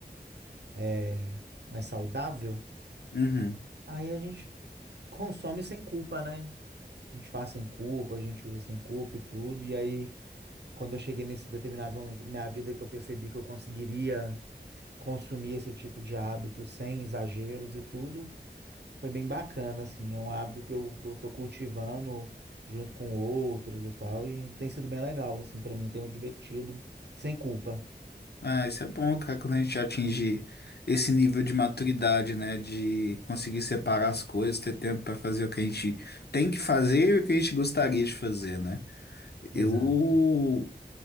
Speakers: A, on the right; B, on the left.
A: é, mais saudável,
B: Uhum.
A: aí a gente consome sem culpa, né? A gente faz sem culpa, a gente usa sem culpa e tudo. E aí, quando eu cheguei nesse determinado momento da minha vida que eu percebi que eu conseguiria consumir esse tipo de hábito sem exageros e tudo, foi bem bacana, assim. É um hábito que eu, que eu tô cultivando junto com outros e tal. E tem sido bem legal, assim, para mim, tem me divertido sem culpa.
B: Ah, isso é bom, cara, quando a gente atingir esse nível de maturidade, né? De conseguir separar as coisas, ter tempo para fazer o que a gente tem que fazer e o que a gente gostaria de fazer, né?
A: Exato.
B: Eu